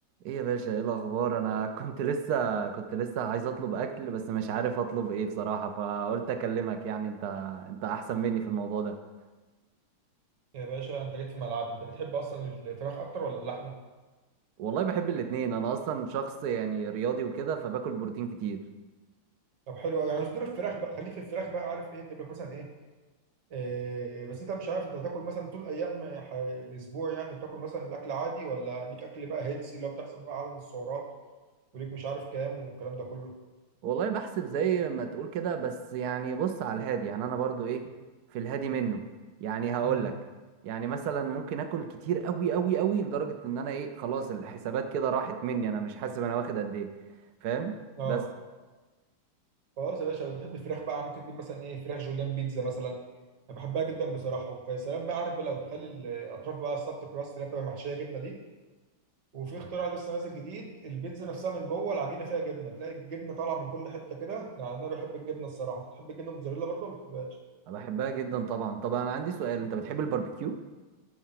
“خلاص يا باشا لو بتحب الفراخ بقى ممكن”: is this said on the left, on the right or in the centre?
Right